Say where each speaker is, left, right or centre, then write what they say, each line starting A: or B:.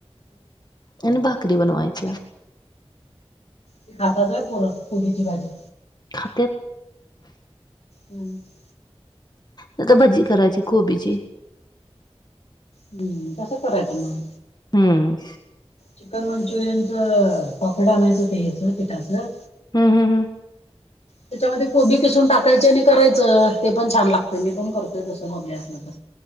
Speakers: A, on the left; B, on the left.
A: आणि भाकरी बनवायची.
B: ते खातात वय पोर कोबीची भाजी?
A: खातेत.
B: हम्म <inaudible>
A: नायतर भजी करायची कोबीची.
B: हम्म, तसं करायच मग.
A: हम्म.
B: चिकन मंचुरियनच पॉकेट आणायचं ते हचं पिठाचं.
A: हम, हम, हम,
B: त्याच्यामध्ये कोबी किसून टाकायचे आणि करायचं ते पण छान लागतय मी पण करतोय तसं बबले असलं तर.